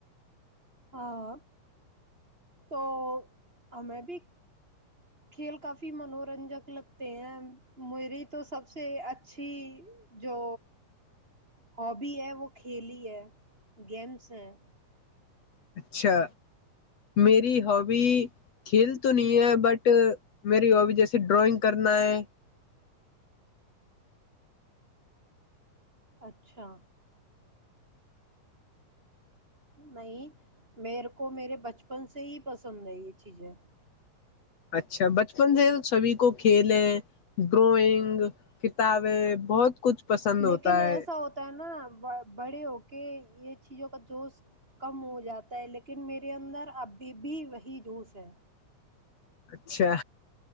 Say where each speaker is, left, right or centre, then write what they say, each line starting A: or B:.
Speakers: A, on the right; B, on the left.
A: ہاں تو ہمیں بھی کھیل کافی منورنجک لگتے ہیں میری تو سب سے اچھی جو ہابی ہے وہ کھیلی ہے گیمس ہیں
B: اچھا میری ہابی کھیل تو نہیں ہے بٹ میری ہابی جیسے ڈرائنگ کرنا ہے
A: اچھا نہیں میرے کو میرے بچپن سے ہی پسند ہے یہ چیزیں
B: اچھا بچپن سے سبھی کو کھیلیں ڈرائنگ کتابیں بہت کچھ پسند ہوتا
A: لیکن ایسا
B: ہے
A: ہوتا ہے نا بڑے ہو کے یہ چیزوں کا جوش کم ہو جاتا ہے لیکن میرے اندر ابھی بھی وہی جوش ہے
B: اچھا